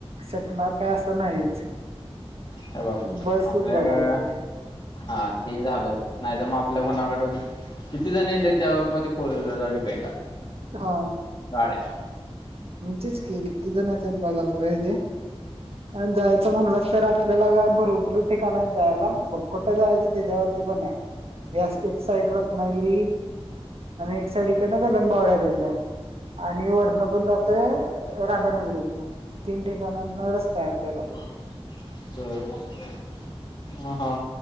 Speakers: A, on the right (about 70°); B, on the left (about 45°).
A: शकणार का असं नाहीच.
B: हे बघ
A: बसच
B: आपल्याक
A: बघायला पाहिजे
B: हा ते झालं. नाही, तर मग आपल्या कोणाकड? किती जण ये ते त्या मधे फोर व्हीलरचा डिपेंड आहे.
A: हा,
B: गाड्या
A: मग तेच की किती जणचा बघायला पाहिजे अन जा म्हणलंस तर आपल्याला काय भरपूर ठिकाण आहेत जायाला बग कुठं जायाचं त्याच्यावरती पण आहे. त्या एक साईड रत्नागिरी अन एक साइड इकडन गगन बावळ्याकडनं आणि वरण पण जात ते राधानगरीतन तीन ठिकाणांहुन रस्ता आहे आपल्याला.
B: <unintelligible> हा-हा.